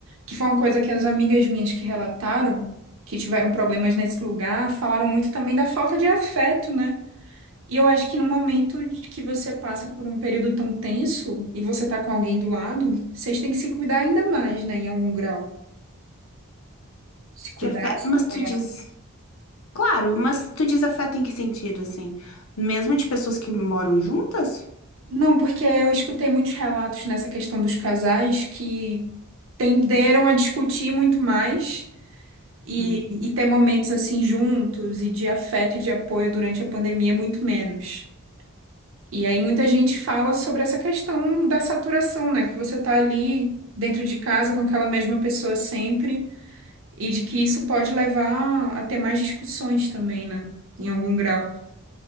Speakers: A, on the right; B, on the left.
A: que foi uma coisa que as amigas minhas que relataram, que tiveram problemas nesse lugar, falaram muito também da falta de afeto, né? E eu acho que no momento de que você passa por um período tão tenso e você tá com alguém do lado, vocês têm que se cuidar ainda mais, né? Em algum grau. Se cuidar,
B: De afeto,
A: se
B: mas
A: apoiar.
B: tu diz. Claro, mas tu diz afeto em que sentido, assim? Mesmo de pessoas que moram juntas?
A: Não, porque eu escutei muitos relatos nessa questão dos casais que tenderam a discutir muito mais. E,
B: Hum,
A: e ter momentos assim juntos e de afeto e de apoio durante a pandemia, é muito menos. E aí muita gente fala sobre essa questão da saturação, né? Que você tá ali dentro de casa com aquela mesma pessoa sempre e de que isso pode levar a ter mais discussões também, né? Em algum grau.